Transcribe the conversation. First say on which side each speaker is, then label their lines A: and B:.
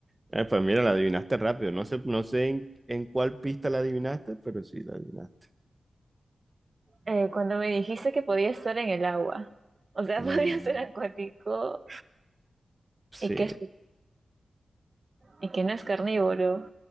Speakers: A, on the right; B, on the right.
A: Eh, pues mira, la adivinaste rápido. No sé, no sé en, en cuál pista la adivinaste, pero sí la adivinaste.
B: Eh, cuando me dijiste que podía estar en el agua, o sea,
A: Mm.
B: <laughs> podía ser acuático
A: Sí,
B: y que, es- y que no es carnívoro,